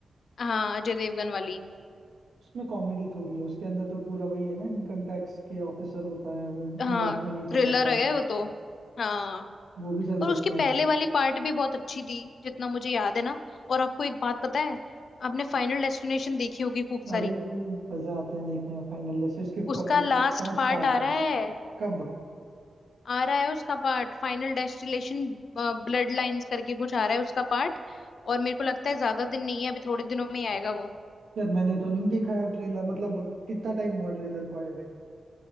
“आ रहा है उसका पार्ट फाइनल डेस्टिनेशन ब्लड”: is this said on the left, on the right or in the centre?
Left